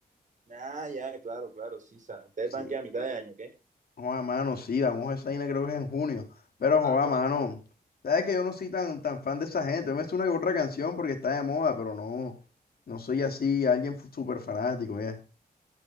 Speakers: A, on the right; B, on the left.
A: Ah, ya, claro, claro, sí, sa- Ustedes
B: Sí,
A: van que a mitad de año, ¿qué?
B: joda, mano, sí, vamos a esa vaina creo que es en junio. Pero
A: Ah,
B: joda,
A: pero.
B: mano, sabes que yo no soy tan, tan fan de esa gente. Yo me sé una que otra canción porque está de moda, pero no, no soy así alguien fu- súper fanático ya.